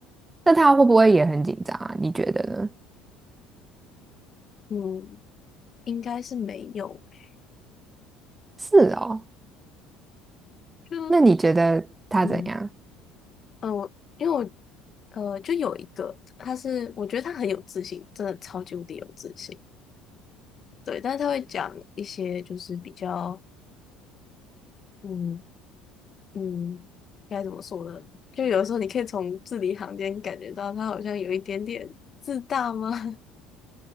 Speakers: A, on the right (about 20°); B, on the left (about 40°).
A: 那他会不会也很紧张啊？你觉得呢？
B: 嗯，应该是没有欸
A: 是哦，
B: 就
A: 那你觉得他怎样？
B: 嗯呃，我因为我呃就有一个，他是我觉得他很有自信，真的超级无敌有自信。对，但是他会讲一些就是比较。嗯。嗯，该怎么说呢？就有的时候你可以从字里行间感觉到他好像有一点点自大吗？<laughs>